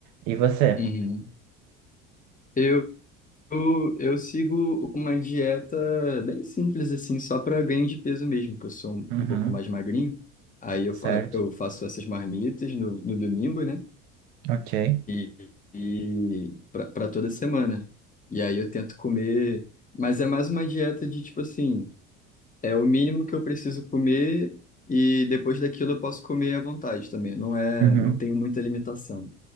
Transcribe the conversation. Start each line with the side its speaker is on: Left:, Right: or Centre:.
Right: E você?
Left: Uhum. Eu, eu, eu sigo uma dieta bem simples, assim, só para ganho de peso mesmo, que eu sou um,
Right: Uhum,
Left: um pouco mais magrinho. Aí eu,
Right: certo.
Left: fa eu faço essas marmitas no, no domingo, né?
Right: Ok.
Left: E, e para toda semana. E aí eu tento comer, mas é mais uma dieta de tipo assim. É o mínimo que eu preciso comer e depois daquilo eu posso comer à vontade também. Não é,
Right: Uhum.
Left: não tenho muita limitação,